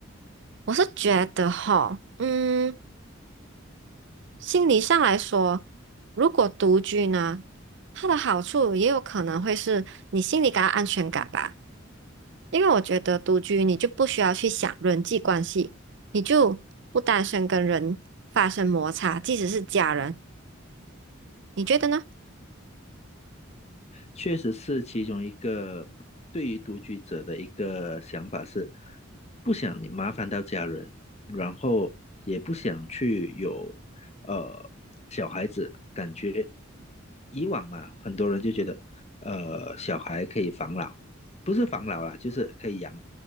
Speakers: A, on the right; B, on the left.
A: 我是觉得哈，嗯。心理上来说，如果独居呢，它的好处也有可能会是你心里感到安全感吧。因为我觉得独居你就不需要去想人际关系，你就不担心跟人发生摩擦，即使是家人，你觉得呢？
B: 确实是其中一个对于独居者的一个想法是，不想你麻烦到家人，然后也不想去有呃小孩子，感觉以往嘛，很多人就觉得，呃，小孩可以防老，不是防老啦，就是可以养